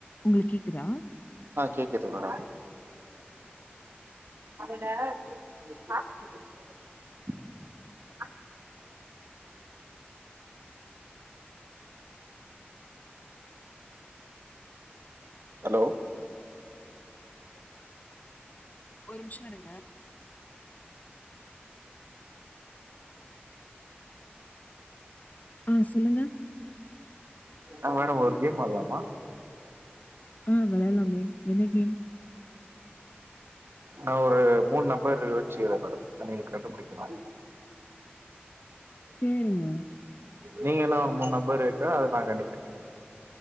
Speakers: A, on the left; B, on the right.
A: உங்களுக்கு கேக்குதா
B: ஆ கேக்குது மேடம் அதோட <unintelligible> ஹலோ
A: ஒரு மிஷோ இருங்க ஆ சொல்லுங்க
B: ஆ மேடம் ஒரு கேம் ஆட்லாமா
A: ஆ வெளாட்லாமே என்ன கேம்
B: நா ஒரு மூண் நம்பரு யோச்சுக்ற மேடம் நீங்க கண்டுபுடிக்கணு
A: சேரிங்க
B: நீங்க ஏன்னா மூண் நம்பரேக்கா அத நா கண்டுபுடிக்கனு.